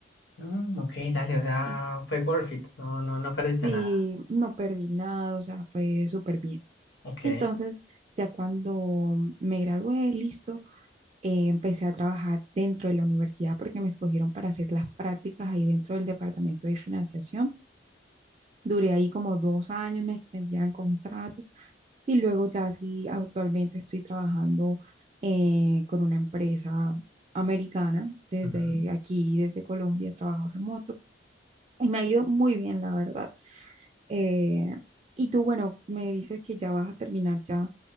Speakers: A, on the left; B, on the right.
A: Mm, ok, dale, o sea,
B: Eh,
A: fue worth it. No, no, no perdiste
B: Sí,
A: nada.
B: no perdí nada, o sea, fue súper bien.
A: Ok.
B: Entonces... Ya cuando me gradué, listo, eh, empecé a trabajar dentro de la universidad porque me escogieron para hacer las prácticas ahí dentro del departamento de financiación. Duré ahí como dos años, me extendían contrato y luego ya sí, actualmente estoy trabajando eh, con una empresa americana desde
A: Ujú.
B: aquí, desde Colombia, trabajo remoto y me ha ido muy bien, la verdad. Eh, y tú, bueno, me dices que ya vas a terminar ya